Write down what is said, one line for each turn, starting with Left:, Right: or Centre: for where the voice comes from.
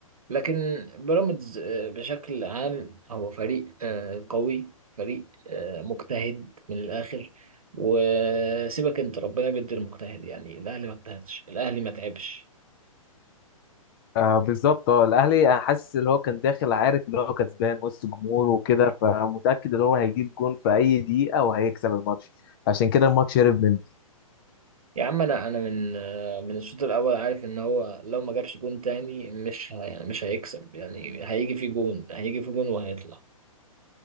Right: لكن بيراميدز آه، بشكل عام هو فريق آه، قوي فريق آه، مجتهد من الاخر وسيبك انت ربنا بيدي المجتهد يعني الاهلي ما اجتهدش الاهلي ما تعبش
Left: آه بالظبط اه الاهلي انا حاسس اللي هو كان داخل عارف اللي هو كسبان وسط جمهوره وكده فمتاكد ان هو هيجيب جون في اي دقيقه وهيكسب الماتش عشان كده الماتش هرب منه
Right: يا عم انا انا من من الشوط الاول عارف ان هو لو ما جابش جون تاني مش ه- يعني مش هيكسب يعني هيجي في جون هيجي في جون وهيطلع